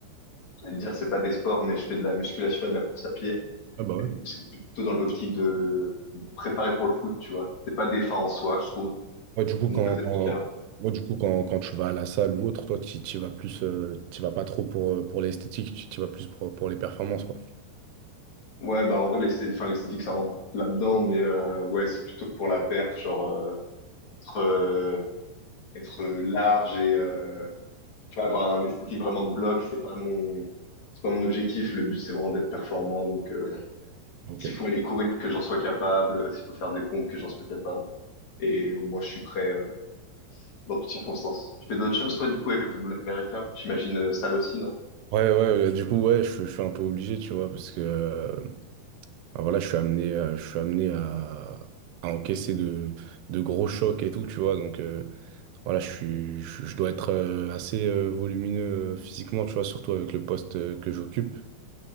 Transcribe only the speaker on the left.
J'allais dire, c'est pas des sports, mais je fais de la musculation et de la course à pied.
Mais du coup, c'est plutôt dans l'optique de de préparer pour le foot, tu vois. C'est pas des fins en soi, je trouve,
de
mon côté
en tout cas.
Ouais, bah en vrai, l'esthé- enfin, l'esthétique, ça rentre là-dedans, mais euh, ouais, c'est plutôt pour la perf, genre euh, être, euh, être large et euh, tu vois, avoir un esthétique vraiment de bloc, c'est pas mon, c'est pas mon objectif. Le but, c'est vraiment d'être performant. Donc, euh,
s'il faut aller courir, que j'en sois capable, euh, s'il faut faire des pompes, que j'en sois capable. Et au moins, je suis prêt euh, dans toutes circonstances. Tu fais d'autres choses, toi, du coup, avec le football américain? J'imagine euh, salle aussi, non?